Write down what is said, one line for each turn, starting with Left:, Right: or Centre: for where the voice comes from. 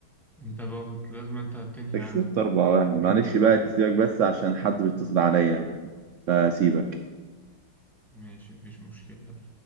Centre: انت بقى لازم انت تنهي
Right: انت
Centre: عنه
Right: كسبت 4 واحد
Centre: لأن
Right: معلش
Centre: أنا اللي بادئ
Right: بقى سيبك بس عشان حد بيتصل عليا فسيبك
Centre: ماشي مفيش مشكلة